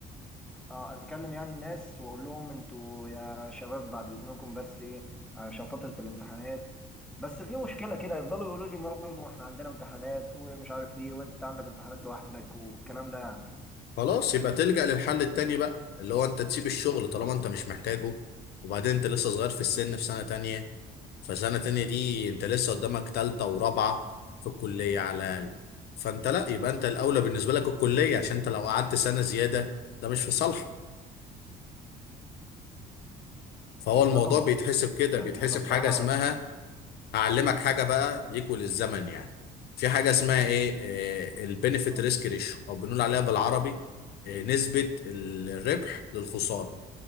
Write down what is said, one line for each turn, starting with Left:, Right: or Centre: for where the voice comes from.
Centre: اه اكلم يعني الناس واقول لهم انتوا يا شباب بعد اذنكم بس ايه عشان فترة الامتحانات بس في مشكلة كده يفضلوا يقولوا لي برضه احنا عندنا امتحانات ومش عارف ايه وانت عندك امتحانات لوحدك والكلام ده يعني
Left: خلاص يبقى تلجأ للحل التاني بقى اللي هو انت تسيب الشغل طالما انت مش محتاجه وبعدين انت لسه صغير في السن في سنة تانية فسنة تانية دي انت لسه قدامك تالتة ورابعة في الكلية على الأقل فانت لا يبقى انت الأولى بالنسبة لك الكلية عشان انت لو قعدت سنة زيادة ده مش في صالحك فهو الموضوع
Centre: اه طبعا
Left: بيتحسب كده
Centre: يعني
Left: بيتحسب
Centre: انا بصراحة
Left: حاجة اسمها هعلمك حاجة بقى ليك وللزمن يعني في حاجة اسمها ايه البنفيت
Centre: اه
Left: ريسك ريشيو او بنقول عليها بالعربي آه، نسبة الربح للخسارة